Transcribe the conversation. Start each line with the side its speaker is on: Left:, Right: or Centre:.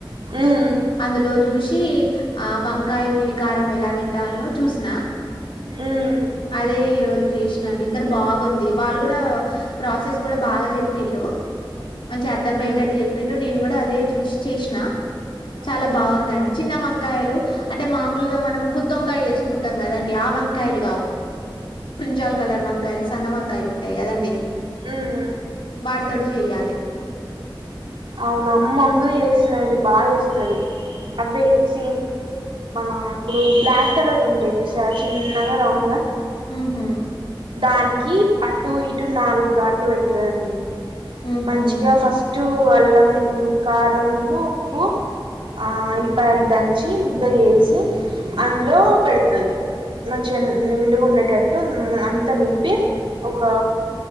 Right: ఉమ్
Left: అందులో జూసి ఆ వంకాయ ఉల్లి కారం ఎలా బెట్ ట్టాల్నో చూసిన
Right: ఉమ్
Left: అదే ఈ రోజు చేసినండి క్కని బాగుంది వాళ్ళు గుడా ప్రాసెస్ కూడా బాగ చెప్పిళ్లు మంచిగ అర్థమయేటట్టు
Right: ఉమ్
Left: చెప్పిండ్రు నేను గుడా అదే జాస్ చేసినా చాలా
Right: ఉహు
Left: బావుందండి చిన్న వంక్ కాయలు అంటే మాములుగ మనం గుత్తోమ్కాయ చేసుకుంటాం కదండి ఆ వంకాయలు జాల్ కలర్ వంకాయలు సన్న వంకాయలు ఉంటాయి గదండి
Right: ఉమ్
Left: వాటితోటి జెయ్యాలె.
Right: అవునా అ మ్మమ్మే చేస్తదండి బాగా చేస్తది అవ్వే సేమ్ మన ఇప్పుడు బ్లాక్ కలర్ ఉంటయి జూసారా చిన్నగ రౌండ్ గ
Left: ఉమ్ హు
Right: దానికి అటు ఇటు నాలుగు గాట్లు పెడుతదండి,
Left: హుహు.
Right: మంచిగ ఫస్ట్ పు అల్లం కారం ను ఉప్పు ఆ ఎల్లిపాయలు దంచి ముద్ద జేసి అందులో పెడతది మంచిగ నిండుగుండేటట్టు అంత నింపి ఒకా